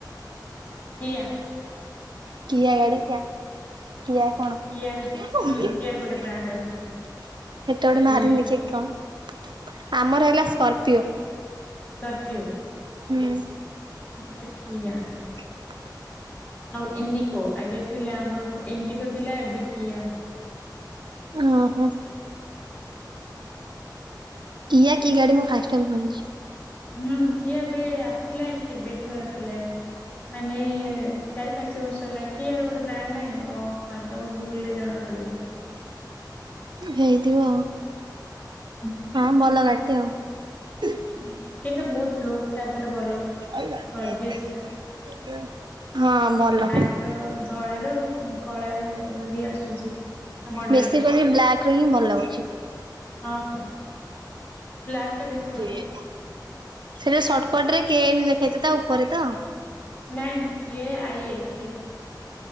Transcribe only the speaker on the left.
କିଆ।
କିଆର
ହୁଁ କିଆର ଗୋଟେ ବ୍ରାଣ୍ଡ ଆସୁଛି କିଆ
ସ୍କର୍ପିଓ।
ମତେକିଆ।
ଆଉ ଇଣ୍ଡିିକୋ ଆଗ ଥିଲା ଆମର ଇଣ୍ଡିିକୋ ଥିଲା ଏବେ କିଆ।
ହୁଁ କିଆଏବେ ଆସିଲାଣି କେବେଠାରୁ ଆସିଲାଣି ମାନେ ଚାରି ପାଞ୍ଚ ବର୍ଷ ହେଲା କି ଗୋଟେ ବ୍ରାଣ୍ଡ ନାହିଁ ମାରିଦବ ଗୁଗୁଲ ରେ ଜଣା ପଡିଯିବ।
ହୁଁ <unintelligible>
ହୁଁ। କିନ୍ତୁ ବହୁତ ଲୁକ୍ ଟା ତାର ଭଲ
ଗର୍ଜିଅସ୍
ପୁରା
ବ୍ଲାକ୍ ର ଧଳାର ଆଉ କଣ। କଳାବି ଆସୁଛି ତାମଡେଲା
ଟା।
ହ ହ ବ୍ଲକ୍ ଟା ବେଶ
ନାଇଁ କେଆଇଏ କିଆ।